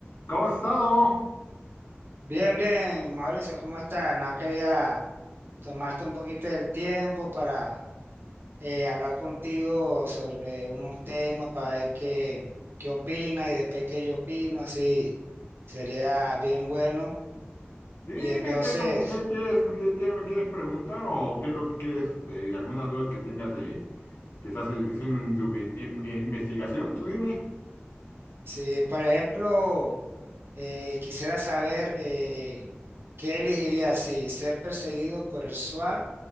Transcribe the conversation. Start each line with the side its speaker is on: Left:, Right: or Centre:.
Left: ¿Cómo has estado?
Right: Bien, bien, Mauricio, ¿cómo estás? Nada, quería tomarte un poquito del tiempo para eh, hablar contigo sobre unos temas, para ver qué, qué opinas y después qué yo opino, así sería bien bueno.
Left: Sí, dime
Right: Y entonces,
Left: qué, como qué qué es qué, qué me quieres preguntar o qué es lo que quieres, eh, alguna duda que tengas eh, que estás haciendo en tu vi- en- en investigación, tú dime.
Right: si por ejemplo eh, quisiera saber eh, qué elegirías, si ser perseguido por el SWAT